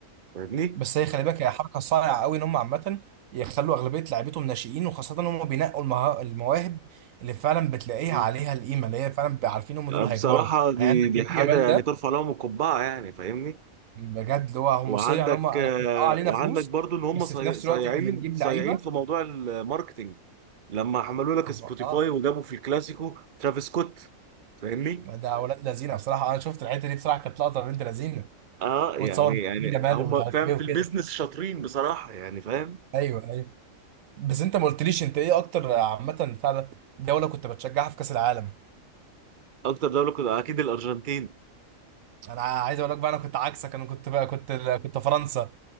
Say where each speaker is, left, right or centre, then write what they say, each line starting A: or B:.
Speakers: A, on the right (about 40°); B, on the right (about 75°).
A: فاهمني
B: بس هي خلي بالك هي حركه صارعه قوي ان هم عامه يخلوا اغلبيه لعيبتهم ناشئين وخاصه ان هم بينقوا المها- المواهب اللي فعلا بتلاقيها
A: مم.
B: عليها القيمه اللي هي فعلا بيبقى عارفين هم
A: آه،
B: دول هيكبروا
A: بصراحه دي
B: يعني عندك
A: دي
B: يمين
A: حاجه
B: جمال
A: يعني
B: ده
A: ترفع لهم القبعه يعني فاهمني
B: بجد اللي هو هم
A: وعندك
B: صيع ان هم انا
A: آه
B: احنا اه علينا
A: وعندك
B: فلوس
A: برضو ان هم
B: بس
A: صي-
B: في نفس
A: صايعين
B: الوقت احنا بنجيب
A: صايعين
B: لعيبه
A: في موضوع الماركتينج لما عملوا لك
B: اه
A: سبوتيفاي
B: آه،
A: وجابوا في الكلاسيكو ترافيس سكوت فاهمني
B: ده ولاد لذينه بصراحه آه، انا شفت الحته دي بصراحه كانت لقطه بنت لذينه
A: اه
B: وتصور
A: يعني يعني
B: يمين جمال
A: هم
B: ومش عارف
A: فاهم
B: ايه
A: في
B: وكده
A: البيزنس شاطرين بصراحة يعني فاهم
B: ايوه ايوه بس انت ما قلتليش انت ايه اكتر عامه فعلا دوله كنت بتشجعها في كاس العالم
A: اكتر دولة كنت اكيد الارجنتين
B: انا عايز اقول لك بقى انا كنت عكسك انا كنت بقى كنت كنت فرنسا